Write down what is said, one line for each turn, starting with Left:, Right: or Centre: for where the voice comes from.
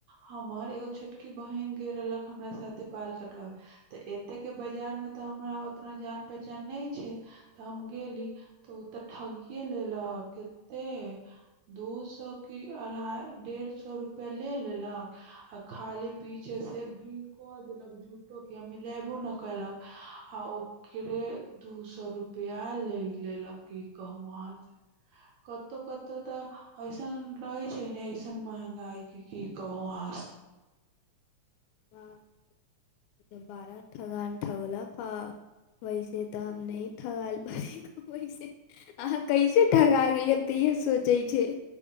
Right: हमर एगो छोटकी बहिन ग रहलक हमरा साथे बाल कटबाबे तऽ एते के बाजार में तऽ हमरा ओतना जान पहचान नहि छैय तऽ हम गेली तऽ ओ ते ठगियए लेलक कते दू सए की अढ़ाई डेढ़ सए सौ रुपया ले लेलक आ खाली पीछे से भी क देलक झूठो के मिलेबो न केलक आ ओकरे दू सौ रुपया ले लेलक की कहु अहाँ से कतौ कतौ तऽ ऐसन रहे छैय ने ऐसन महंगा गायकी की कहू अहाँ से
Left: हां बारा ठगान ठगलक ह वैसे तऽ हम नहि ठगाईल बारी वैस अहाँ कैसे ठगा गइली हम त इहे सोच चै छैय